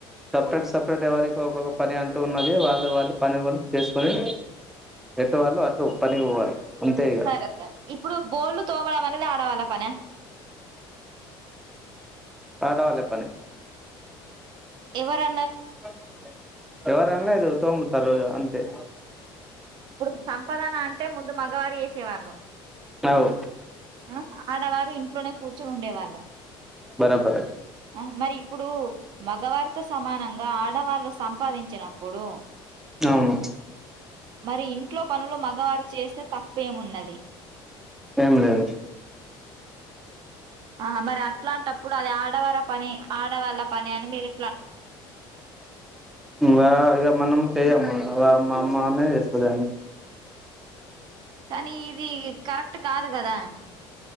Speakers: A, in the centre; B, on the right (about 50°).
A: సపరేట్ సపరేట్ ఎవరికి ఒకొక్క పని అంటూ ఉన్నది వాళ్ళు వాళ్ళు పని కొని చేసుకొని ఎట్ట వాళ్ళు అటు పనికి పోవాలి అంతే ఇగ
B: సరే సరే ఇప్పుడు బోళ్లు తోవడం అనేది ఆడవాల పనియా
A: ఆడవాళ్ళ పని
B: ఎవరు
A: <unintelligible> ఎవరు అన్నారు తోముతారు అంతే
B: ఇప్పుడు సంపదన అం టె ముందు మగవారూ ఎసేవాను
A: అవు
B: ఆ ఆడవారు ఇంట్లోనే కూర్చొని ఉండేవాళ్ళు
A: బరాబర్
B: ఆ మరి ఇప్పుడు మగవారిత సమానంగా ఆడవాళ్లుు సంపాదించినప్పుడు ఇప్పుడు
A: అవును
B: మరి ఇంట్లో పనులు మగవారు చేస్తే తప్పేమున్నది
A: ఏం లేదు
B: ఆ మరి అట్లాంటప్పుడు అది ఆడవార ఆడవాళ్ళ పని అని మీరే
A: మా ఇద మనం చెయము అవ మ మా అన్నే చేస్తడన్ని
B: కానీ ఇది కరెక్ట్ కాదు కదా